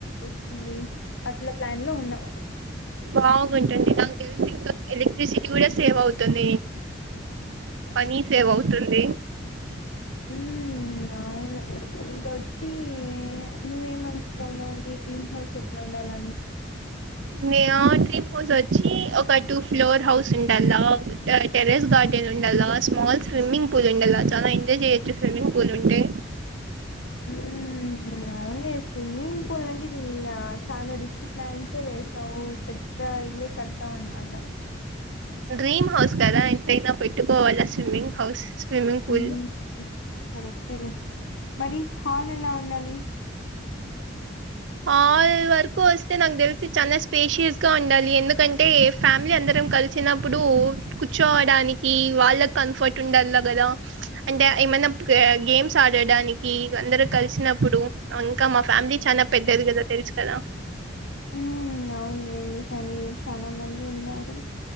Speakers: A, on the left; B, on the right.
A: వస్తుంది అట్లా ప్లాన్ లో ఉన్నా.
B: బాగుంటుంది నాకు తెలిసి ఇంకా ఎలక్ట్రసిటీ కూడా సేవ్ అవుతుంది. పనీ సేవ్ అవుతుంది
A: ఉమ్మ్ అవును ఇంక వచ్చి నువ్వేం అనుకుంటావున్నావు నీ డ్రీమ్ హౌస్ ఎట్లా ఉండాలని
B: న్యా డ్రీమ్ హౌస్ వచ్చి ఒక టూ ఫ్లోర్ హౌస్ ఉండాల టెరెస్ గార్డెన్ ఉండాల స్మాల్ స్విమ్మింగ్ పూల్ ఉండాల చాలా ఎంజాయ్ చెయొచ్చు స్విమ్మింగ్ పూల్ ఉంటే
A: ఉమ్ అవునులే స్విమ్మింగ్ పూల్ అంటే <unintelligible> చాలా రిచ్ ప్లాన్సే వేసావు పెద్ద ఇళ్లే కట్తావు అన్నమాట
B: డ్రీమ్ హౌస్ కదా ఎంతైనా పెట్టుకోవాల స్విమ్మింగ్ హౌస్ స్విమ్మింగ్ పూల్
A: ఉమ్ కరెక్ట్ టెలే మరి హాల్ ఎలా ఉండాలి
B: హాల్ వరకు వస్తే నాకు తెలిసి చాలా స్పేషియస్ గా ఉండాలి ఎందుకంటే ఫ్యామిలీ అందరం కలిసినప్పుడు కూర్చోవడానికి వాళ్ళకి కంఫర్ట్ ఉండాలా కదా అంటే ఏమైనా గేమ్స్ ఆడడానికి అందరు కలిసినప్పుడు ఇంక మా ఫ్యామిలీ చాలా <unintelligible> తెరిచ్ కదా
A: హమ్ అవునే మీ ఫ్యామిలీలో చాలా మంది ఉన్నారు.